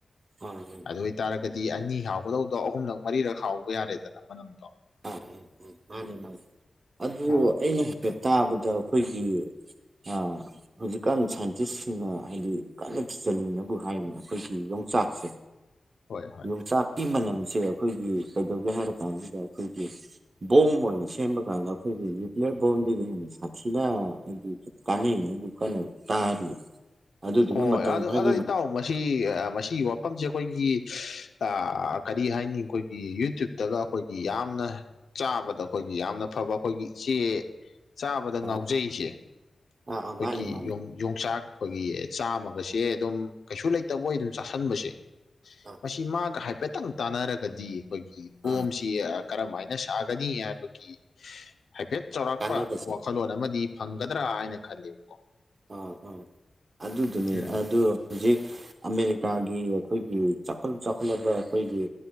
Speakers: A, on the right (about 45°); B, on the left (about 80°).
A: <unintelligible>
B: ꯑꯗꯨ ꯑꯣꯏꯇꯥꯔꯒꯗꯤ ꯑꯅꯤ ꯍꯥꯎꯒꯗꯧꯗꯣ ꯑꯍꯨꯝꯂꯛ ꯃꯔꯤꯔꯛ ꯍꯥꯎꯕ ꯌꯥꯔꯦꯗꯅ ꯃꯅꯝꯗꯣ
A: ꯑꯥ ꯃꯥꯅꯤ ꯃꯥꯅꯤ ꯑꯗꯨ
B: ꯑꯥ
A: ꯑꯩꯅ ꯍꯥꯏꯐꯦꯠ ꯇꯥꯕꯗ ꯑꯩꯈꯣꯏꯒꯤ ꯑꯥ ꯍꯧꯖꯤꯛꯀꯥꯟ ꯁꯥꯏꯟꯇꯤꯁꯁꯤꯡꯅ ꯍꯥꯏꯗꯤ ꯀꯟꯅ ꯊꯤꯖꯜꯂꯤꯅꯕꯨ ꯍꯥꯏꯕꯅꯦ ꯑꯩꯈꯣꯏꯒꯤ ꯌꯣꯡꯆꯥꯛꯁꯦ
B: ꯍꯣꯏ ꯍꯣꯏ
A: ꯌꯣꯡꯆꯥꯛꯀꯤ ꯃꯅꯝꯁꯦ ꯑꯩꯈꯣꯏꯒꯤ ꯀꯩꯗꯧꯒꯦ ꯍꯥꯏꯔ ꯀꯥꯟꯁꯤꯗ ꯑꯩꯈꯣꯏꯒꯤ ꯕꯣꯝ ꯑꯣꯏꯅ ꯁꯦꯝꯕ ꯀꯥꯟꯗ ꯑꯩꯈꯣꯏꯒꯤ ꯅ꯭ꯌꯨꯀ꯭ꯂꯤꯌꯔ ꯕꯣꯝꯗꯒꯤ ꯍꯦꯟꯅ ꯁꯥꯊꯤꯅ ꯍꯥꯏꯗꯤ ꯀꯅꯅꯦꯕꯨ ꯀꯥꯟꯅ ꯇꯥꯔꯤ ꯑꯗꯨꯗꯨꯅ
B: ꯑꯣ
A: ꯃꯇꯝ
B: ꯑꯗ
A: ꯈꯔꯒꯤ
B: ꯑꯗ ꯏꯇꯥꯎ ꯃꯁꯤ ꯃꯁꯤꯒꯤ ꯋꯥꯐꯝꯁꯦ ꯑꯩꯈꯣꯏꯒꯤ ꯑ ꯀꯔꯤ ꯍꯥꯏꯅꯤ ꯑꯩꯈꯣꯏꯒꯤ ꯌꯨꯇ꯭ꯨꯕꯇꯒ ꯑꯩꯈꯣꯏꯒꯤ ꯌꯥꯝꯅ ꯆꯥꯕꯗ ꯑꯩꯈꯣꯏꯒꯤ ꯌꯥꯝꯅ ꯐꯕ ꯑꯩꯈꯣꯏꯒꯤ ꯏꯆꯦ ꯆꯥꯕꯗ
A: ꯑꯥ
B: ꯉꯥꯎꯖꯩꯁꯦ ꯑꯩꯈꯣꯏꯒꯤ
A: ꯑꯥ ꯃꯥꯅꯦ ꯃꯥꯅꯦ
B: ꯌꯣꯡꯆꯥꯛ ꯑꯩꯈꯣꯏꯒꯤ ꯆꯥꯝꯃꯒꯁꯦ ꯑꯗꯨꯝ ꯀꯩꯁꯨ ꯂꯩꯇꯕꯣꯏ ꯑꯗꯨꯝ ꯆꯥꯁꯟꯕꯁꯦ
A: ꯑꯥ
B: ꯃꯁꯤ ꯃꯥꯒ ꯍꯥꯏ ꯍꯥꯏꯐꯦꯠꯇꯪ ꯇꯥꯟꯅꯔꯒꯗꯤ ꯑꯩꯈꯣꯏꯒꯤ ꯕꯣꯝꯁꯤ
A: ꯑꯥ
B: ꯀꯔꯝꯍꯥꯏꯅ ꯁꯥꯒꯅꯤ ꯍꯥꯏꯕꯒꯤ ꯍꯥꯏꯐꯦꯠ ꯆꯥꯎꯔꯥꯛꯄ
A: ꯀꯥꯟꯅꯕꯁꯦ
B: ꯋꯥꯈꯜꯂꯣꯟ ꯑꯃꯗꯤ ꯐꯪꯒꯗ꯭ꯔꯥ ꯍꯥꯏꯅ ꯈꯜꯂꯤꯕꯀꯣ
A: ꯑꯣ ꯑꯣ ꯑꯗꯨꯗꯨꯅꯦ
B: ꯎꯝ
A: ꯑꯗꯨ ꯍꯧꯖꯤꯛ ꯑꯃꯦꯔꯤꯀꯥꯒꯤ ꯑꯩꯈꯣꯏꯒꯤ ꯆꯥꯎꯈꯠ ꯆꯥꯎꯈꯠꯂꯕ ꯑꯩꯈꯣꯏꯒꯤ